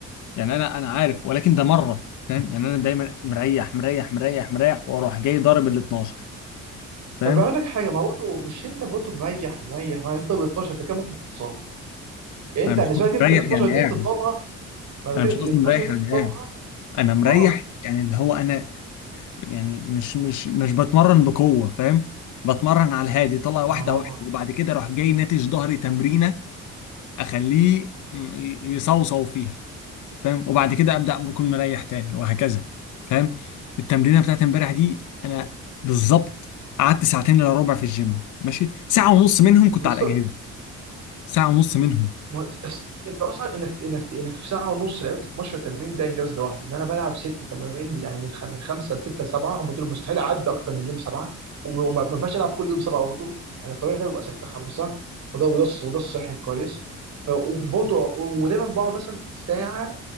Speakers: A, on the left; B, on the right.
A: يعني انا انا عارف ولكن ده مره فاهم يعني انا دايما مريح مريح مريح مريح واروح جاي ضارب ال 12 فاهم
B: طب اقول لك حاجه ما برضه مش انت برضه مريح مريح ما انت ب 12 انت كده ممكن تتصاب يعني
A: انا
B: انت
A: مش
B: بالنسبه
A: قصدي
B: لك انت
A: مريح
B: ال 12
A: يعني
B: دي
A: قاعد
B: تضربها ما أنا
A: انا
B: بتكلم
A: مش
B: ال
A: قصدي
B: 12
A: مريح
B: دي
A: يعني
B: تضربها
A: قاعد انا مريح
B: اه
A: يعني اللي هو انا يعني مش مش مش بتمرن بقوه فاهم بتمرن على الهادي طلع واحده
B: اه
A: واحده وبعد كده اروح جاي ناتج ظهري تمرينه اخليه م- ي- يصوصو فيها فاهم وبعد كده ابدا بكون مريح تاني وهكذا فاهم التمرينه بتاعت امبارح دي
B: مم.
A: انا بالظبط قعدت ساعتين الا ربع في الجيم ماشي ساعه ونص منهم كنت
B: بالظبط
A: على الاجهزه ساعه ونص منهم
B: ما هو أس- انت اصلا انك انك انك في ساعه ونص لعبت 12 تمرين ده انجاز لوحده ان انا بلعب ست تمارين يعني من خ- من خمسه لسته لسبعه هم دول مستحيل اعدي اكتر من يوم سبعه وما ما ينفعش العب كل يوم سبعه برضه يعني الطبيعي بتاعي بيبقى سته خمسه وده وده الص- وده الصحي كويس ف- وبرضه ودايما بقعد مثلا ساعه